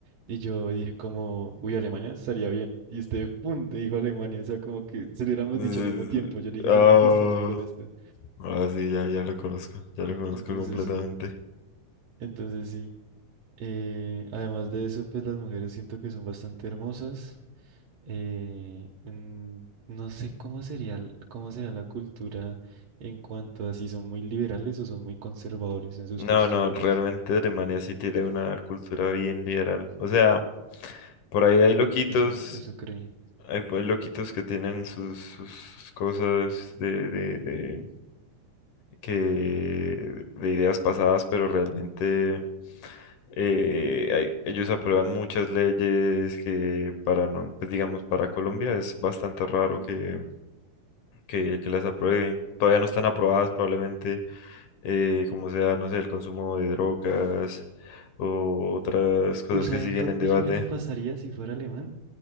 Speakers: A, on the right; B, on the left.
A: y yo dije como, uy, Alemania estaría bien. Y usted, pum, dijo Alemania, o sea, como que se lo hubiéramos
B: Mm,
A: dicho al mismo tiempo. Yo le dije
B: Ah,
A: en mi mente y usted lo dijo al este.
B: ahora sí, ya, ya lo conozco, ya lo conozco
A: Entonces
B: completamente.
A: sí, entonces sí. Eh, además de eso, pues las mujeres siento que son bastante hermosas. eh, mm, no sé cómo sería, l- cómo será la cultura en cuanto a si son muy liberales o son muy conservadores en sus
B: No,
A: costumbres.
B: no, realmente Alemania sí tiene una cultura bien liberal. O sea, por ahí hay loquitos
A: Sí, eso, eso creí.
B: Hay, hay loquitos que tienen sus, sus cosas de, de, de, que, de ideas pasadas, pero realmente eh, hay- ellos aprueban muchas leyes que para, no, pues digamos, para Colombia es bastante raro que, que, que las aprueben. Todavía no están aprobadas probablemente, eh, como sea, no sé, el consumo de drogas o otras cosas
A: Uy, ¿saben
B: que siguen
A: dónde
B: en debate.
A: yo me la
B: ¿En
A: pasaría si fuera alemán?